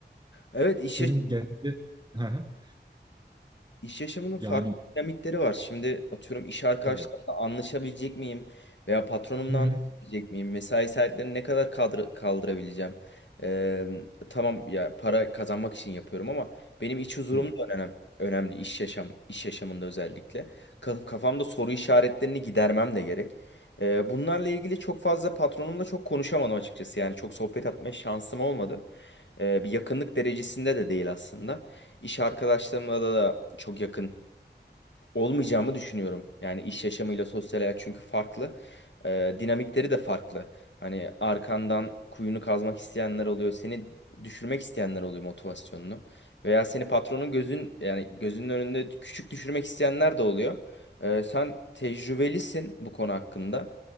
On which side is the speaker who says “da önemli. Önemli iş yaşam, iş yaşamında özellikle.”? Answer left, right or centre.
Left